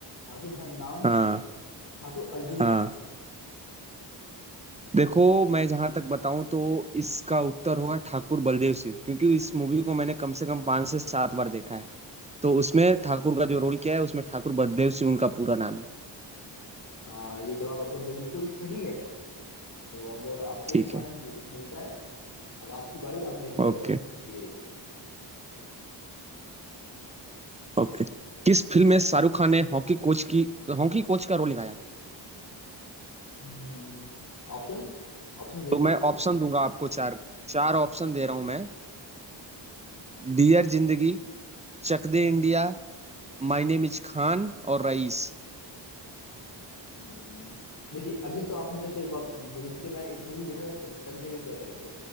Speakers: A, on the left; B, on the right.
A: ठाकुर हरनाम
B: हाँ
A: सिंह ठाकुर अर्जुन
B: हाँ
A: सिंह
B: देखो मैं जहां तक बताऊं तो इसका उत्तर होगा ठाकुर बलदेव सिंह क्योंकि इस मूवी को मैंने कम से कम पांच से सात बार देखा है तो उसमें ठाकुर का जो रोल किया है उसमें ठाकुर बलदेव सिंह उनका पूरा नाम है
A: हाँ ये जवाब आपका बिल्कुल सही है तो अब आपको एक
B: ठीक
A: पॉइंट
B: है
A: मिलता है अब आपकी बारी आप मेरे से
B: Okay
A: प्रश्न पूछिए एक
B: okay किस फिल्म में शाहरुख खान ने हॉकी कोच की हॉकी कोच का रोल निभाया
A: हम्म, ऑप्शंस ऑप्शन देंगे
B: तो
A: आप
B: मैं ऑप्शन दूंगा आपको चार चार ऑप्शन दे रहा हूं मैं Dear Zindagi Chak De
A: हम्म,
B: India my name is Khan और रईस
A: हम्म, देखिए अभी तो आपने जस्ट एक बात बोली थी कि मैं एक मूवी देख रहा था चक, चक दे इंडिया करके